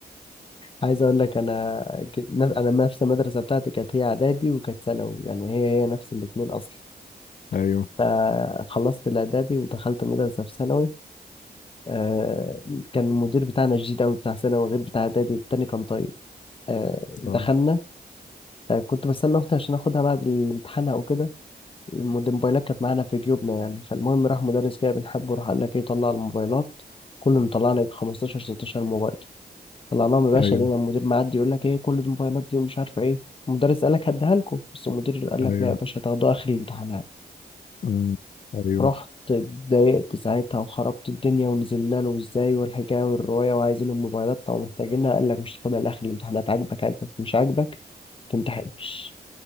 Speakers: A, on the left; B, on the left.
A: عايز اقول لك انا كنت- انا نفس المدرسه بتاعتي كانت هي اعدادي وكانت ثانوي يعني هي هي نفس الاثنين اصلا
B: ايوه
A: فخلصت الاعدادي ودخلت مدرسه في ثانوي آه، كان المدير بتاعنا شديد قوي بتاع ثانوي غير بتاع اعدادي التاني كان طيب آه، دخلنا
B: اه
A: آه، كنت بستنى اختي عشان اخدها بعد الامتحان او كده المد- الموبايلات كانت معانا في جيوبنا يعني فالمهم راح مدرس كده بنحبه راح قال لك ايه طلع الموبايلات كله مطلع لك 15 16 موبايل طلعناهم يا باشا
B: ايوه
A: لقينا المدير معدي يقول لك ايه كل دي موبايلات دي ومش عارفه ايه المدرس قال لك هديها لكم بس المدير قال
B: ايوه
A: لك لا يا باشا هتاخدوها اخر الامتحانات
B: امم ايوه
A: رحت اتضايقت ساعتها وخربت الدنيا ونزلنا له ازاي والحكايه والروايه وعايزين الموبايلات طب محتاجينها قال لك مش تاخدها لاخر الامتحانات عاجبك عاجبك مش عاجبك متمتحنش